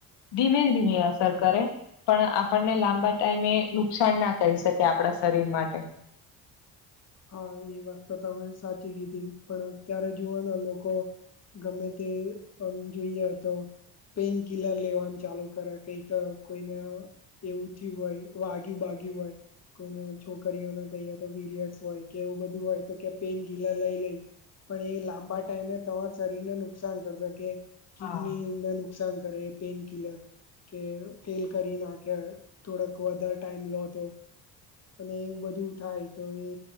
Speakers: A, on the left; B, on the left.
A: ધીમે ધીમે કરે પણ આપણને લાંબા ટાઈમે નુકસાન ના કરી શકે આપણા શરીર માટે.
B: હા એ વાત તો તમે સાચી કીધી પણ અત્યારે જુવાના લોકો ગમે તે આમ જોઈએ તો પેઇન કિલર લેવા ચાલુ કરે કઈક કોઈને એવું થયું હોય વાગ્યું બાગ્યું હોય કોઈને છોકરીઓને કહી તો વિરિયડ હોય કે એવું બધું હોય તો કે પેન કિલર લઈ લઈ. પણ એ લાંબા ટાઈમે તમાર શરીરને નુકસાન કરશે કે કિડનીને
A: હા
B: નુકસાન કરે પેઇન કિલર. કે ફેલ કરી નાખે થોડક વધારે ટાઈમ લો તો. અને એવુ બધું થાય તો એ